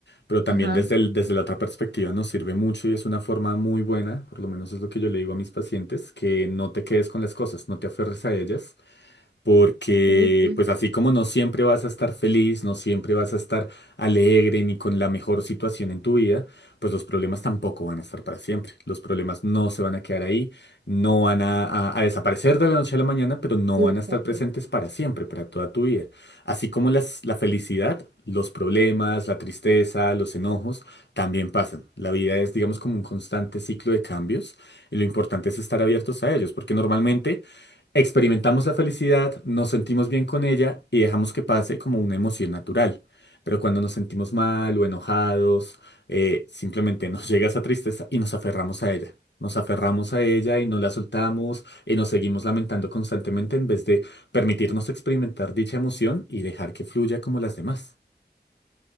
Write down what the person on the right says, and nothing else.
Ajá,
ok, sí,
sí,
exacto.